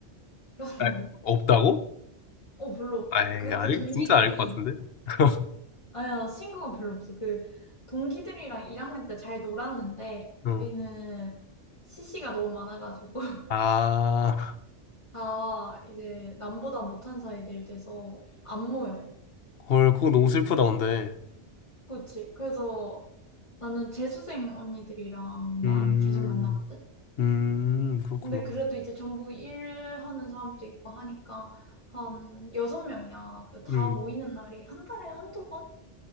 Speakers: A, on the left; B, on the left.
A: 그래서
B: 아,
A: <laughs>
B: 없다고?
A: 어 별로 없어.
B: 아이,
A: 그
B: 아니,
A: 그 동기들이
B: 진짜 아닐 것 같은데? <laughs>
A: 아야 친구가 별로 없어. 그 동기들이랑 1학년 때 잘 놀았는데
B: 응.
A: 우리는 CC가 너무 많아가지고 <laughs>
B: 아,
A: 다 이제 남보다 못한 사이들 돼서 안 모여.
B: 헐, 그거 너무 슬프다, 근데.
A: 그렇지. 그래서 나는 재수생 언니들이랑만
B: 음,
A: 계속 만나거든.
B: 음, 그렇구나.
A: 근데 그래도 이제 전부 일하는 사람도 있고 하니까 한 여섯 명이야. 그다
B: 음,
A: 모이는 날이 한 달에 한두 번?